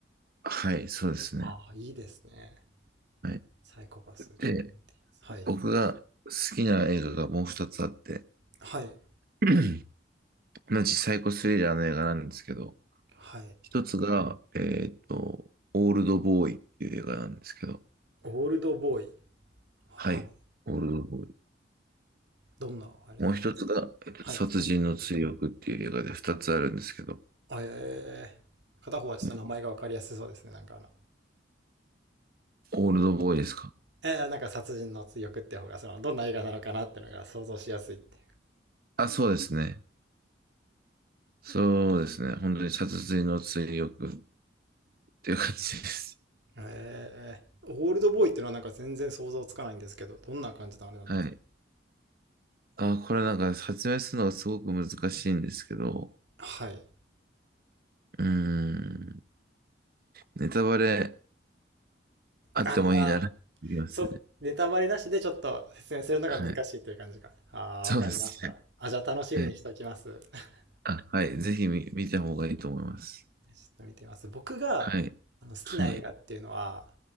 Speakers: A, on the right; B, on the right.
A: はい、そうですね。
B: ああ、いいですね。
A: はい。
B: サイコパス、
A: で、
B: ちょっと見やすい。はい。
A: 僕が好きな映画がもう二つあって、
B: はい。
A: <clears throat> 同じサイコスリラーの映画なんですけど、
B: はい。
A: 一つが、えっと、オールドボーイっていう映画なんですけど、
B: オールドボーイ。はい。
A: はい、オールドボーイ。
B: どんなあれなんですかはい。
A: もう一つが、えっと、殺人の追憶っていう映画で二つあるんですけど、
B: あえー、片方はちょっと名前がわかりやすそうですね。
A: ね、
B: なんかあの、
A: オールドボーイですか
B: えー、なんか殺人の追憶って方が、その、どんな映画なのかなってのが想像しやすいって。
A: あ、そうですね。そうですね。本当に殺人の追憶っていう感じです。
B: ええオールドボーイっていうのはなんか全然想像つかないんですけど、どんな感じのあれなんですか
A: <laughs> はい。あ、これなんか説明するのがすごく難しいんですけど、
B: はい。
A: うーん、ネタバレあってもいいなら、
B: ああ、
A: いきますね。
B: そう、ネタバレなしでちょっと説明するのが難しいという感じか。
A: はい。
B: ああ、
A: そうですね。
B: わかりました。あ、じゃあ楽しみにしておきます。
A: はい。
B: <laughs> ちょ
A: あ、はい。ぜひ見、見た方がいいと思います。
B: っと見てみます。僕があの好きな映画っていうのは、
A: はい。はい。